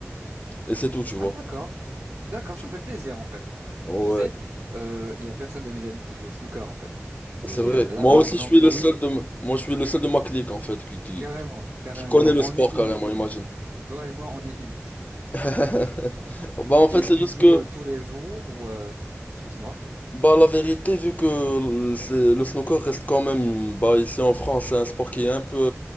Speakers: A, on the left; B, on the right.
A: et c'est tout, tu vois.
B: Ah d'accord, d'accord,
A: Tu-
B: ça fait plaisir en fait.
A: Ouais,
B: Tu sais, euh, il y a personne de mes amis qui joue au snooker en fait.
A: c'est
B: Et
A: vrai.
B: euh, là
A: Moi
B: par
A: aussi,
B: exemple,
A: je suis le
B: oh
A: seul
B: oui,
A: de, m- moi, je suis le seul de ma clique, en fait, qui, qui,
B: carrément, carrément.
A: qui connaît
B: Donc
A: le
B: on
A: sport
B: est unique.
A: carrément, imagine.
B: Toi et moi, on est unique.
A: <laughs> Bah, en fait,
B: Et
A: c'est
B: tu
A: juste
B: joues
A: que,
B: euh, tous les jours ou euh, excuse-moi.
A: Bah la vérité, vu que le c'est- le snooker reste quand même, bah ici en France, c'est un sport qui est un peu